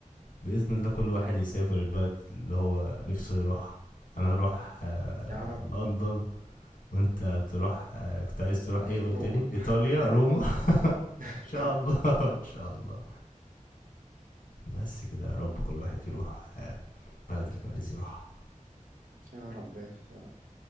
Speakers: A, on the left (about 85°); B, on the right (about 85°).
A: بإذن الله كل واحد يسافر البلد اللي هو نفسه يروحها انا هروح آه
B: يا رب
A: لندن وانت تروح آه كنت عايز تروح ايه قلت
B: روما
A: لي ايطاليا روما <laughs>
B: <laughs>
A: <applause> ان شاء الله ان شاء الله بس كده يا رب كل واحد يروح البلد اللي كان عايز يروحها
B: يا رب يا رب